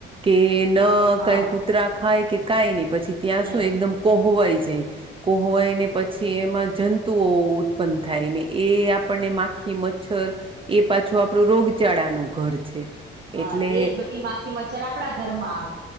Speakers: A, on the right; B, on the right.
A: કે ન
B: હા
A: કઈ કૂતરા ખાય કે કાય નહી પછી ત્યાં
B: ઉતરાય
A: શું એકદમ કોહવાય જાય કોહવાય ને પછી એમાં જન તુઓ ઉત્પન્ન થાય ને એ આપણને માખી મચ્છર એ પાછું આપણું રોગચાળાનું ઘર છે
B: હા
A: એટલે
B: એ બધી મા ખી મચ્છર આપણા ઘરમાં આવે